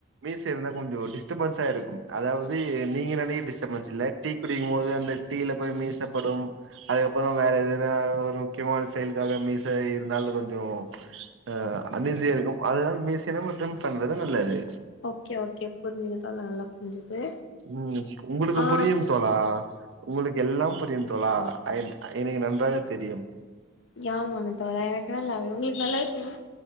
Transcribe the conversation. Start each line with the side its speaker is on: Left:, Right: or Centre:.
Right: மீச இருந்தா கொஞ்சோ டிஸ்டபன்ஸா இருக்கும் அதாவுது நீங்க நெனைக டிஸ்டபன்ஸ் இல்ல டீ குடிக்குமோது அந்த டீல போய் மீசப்படும் அதுக்கப்புறோ வேற எதுனா ஒ ஒரு முக்கியமான செயலுக்காக மீச இருந்தாலு கொஞ்சோ ஆ அன்ஈஸியா இருக்கும் அதுனால மீசிய நம்ம ட்ரிம் பண்றது நல்லது
Left: ஓகே ஓகே புரிஞ்சுது தோழா நல்லா புரிஞ்சுது
Right: ம் உங்குளுக்கு
Left: ஆ
Right: புரியும் தோழா உங்குளுக்கு எல்லாம் புரியும் தோழா ஐந் எனுகு நன்றாக தெரியும்
Left: யாமாங்க தோழா எனக்கு நல்லாவே உங்ளுக்கு நல்லாவே தெரியு